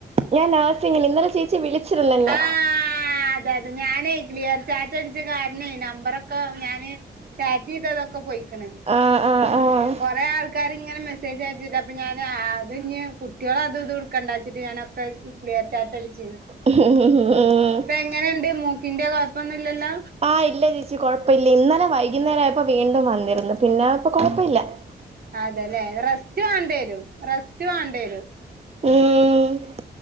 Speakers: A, on the right (about 35°); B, on the right (about 60°).
A: ഞാൻ നേഴ്സിങ്ങന് ഇന്നലെ ചേച്ചി വിളിച്ചിരുന്നെന്നെ
B: ആ അതെ അതെ ഞാനേ ക്ലിയർ ചാറ്റ് അടിച്ച കാരണെ നമ്പറൊക്കെ ഞാന് ചാറ്റ് ചെയ്തതൊ ഒക്കെ പോയിക്കണ്
A: ആഹ് ആഹ് ആഹ്
B: കൊറേ ആൾക്കാര് ഇങ്ങനെ മെസ്സേജ് അയച്ചിട്ട് അപ്പൊ ഞാന് അത് ഇഞ്ഞ് കുട്ടികള് അതും ഇതും എടുക്കണ്ട വെച്ചിട്ട് ഞാൻ <unintelligible> ക്ലിയർ ചാറ്റടിച്ചിരുന്നു
A: <inaudible>
B: എങ്ങനെയുണ്ട് മൂക്കിന്റെ കൊഴപ്പൊന്നുമില്ലല്ലോ
A: ആഹ് ഇല്ല ചേച്ചി കുഴപ്പമില്ല ഇന്നലെ വൈകുന്നേരം ആയപ്പോ വീണ്ടും വന്നിരുന്നു പിന്നെപ്പോ കുഴപ്പമില്ല <inaudible>
B: ആഹാ അതെല്ലേ റസ്റ്റ് വേണ്ടവരും റസ്റ്റ് വേണ്ടേരും
A: <inaudible>